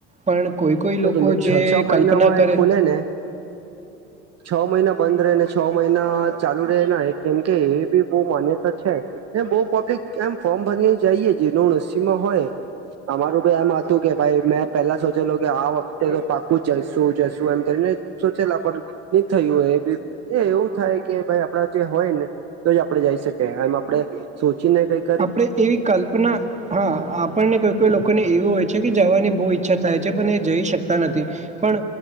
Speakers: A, on the right; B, on the right.
A: પણ કોઈ કોઈ લોકો
B: કેમ કે છ
A: જે
B: છ મહિનામાં
A: કલ્પના કરે
B: એ ખુલે ને <inaudible> છ મહિના બંધ રહે ને છ મહિના ચાલુ રહે કેમ કે એ બી બઉ માન્યતા છે. એ બો પબ્લિક એમ ફોર્મ ભર જઈએે જેનું નસીબ માં હોય અમારું ભી એમ હતું કે ભાઈ મેં પેલા સોચેલો કે આ વખતે તો પાકું જઈશું જશું એમ કરીને સોચેલા પણ ની થયું એ બી એ એવું થાય કે ભાઈ આપડા જે હોય ને તો જ આપડે જઈ શકી એમ આપડે સોચીને કઈક
A: આપણડે એવી કલ્પના હા આપણને કોઈ કોઈ લોકોને એવું હોય છે કે જવાની બહુ ઈચ્છા થાય છે પણ એ જઈ શકતા નથી પણ